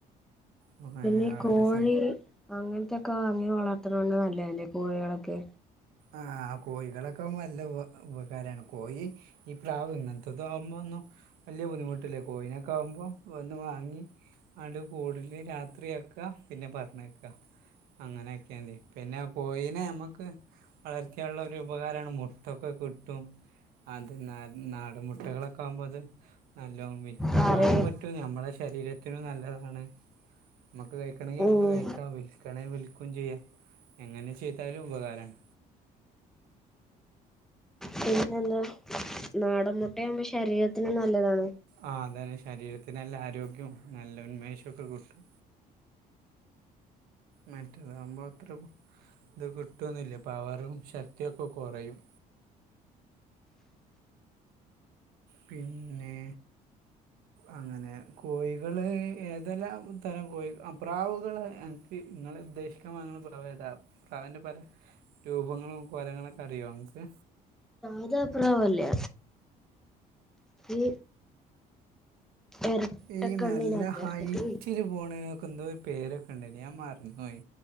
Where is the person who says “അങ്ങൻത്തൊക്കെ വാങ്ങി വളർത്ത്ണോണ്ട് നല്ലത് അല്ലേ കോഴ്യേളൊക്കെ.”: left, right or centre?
Centre